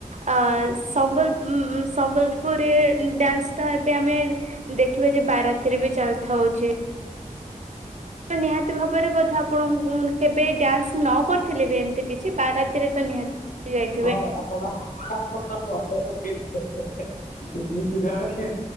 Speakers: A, on the right (about 60°); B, on the left (about 75°).
A: ଅ ସମ୍ବଲ ଉମ ଉଁ ସମ୍ବଲପୁରୀ ଡ୍ୟାନ୍ସ ଟା ଏବେ ଆମେ ଦେଖିବା ଯେ ବାର ରାତିରେ ବି ଚାଲିଥା ହଉଛି। ତ ନିହାତି ଭାବରେ ବଧେ ଆପଣ କେବେ ଡ୍ୟାନ୍ସ ନ କରିଥିଲେ ବି ଏମିତି କିଛି ବାରାତିରେ ତ ନିହାତି ଯାଇଥିବେ
B: ହଁ ଆପଣ ହା ହା ହା <unintelligible> ନିଶ୍ଚିତ ଭାବେ